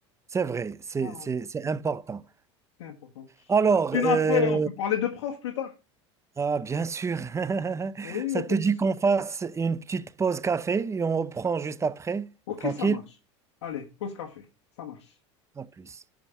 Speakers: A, on the right; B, on the left.
A: C'est vrai, c'est
B: Voilà,
A: c'est- c'est important.
B: c'est important.
A: Alors,
B: Sinon,
A: euh,
B: après, on peut parler de prof plus tard.
A: ah, bien sûr, <laughs>
B: Oui, il
A: ça
B: n'y a pas
A: te dit
B: de souci.
A: qu'on fasse une petite pause café et on reprend juste après.
B: Ok,
A: Tranquille?
B: ça marche. Allez, pause café. Ça marche.
A: À plus.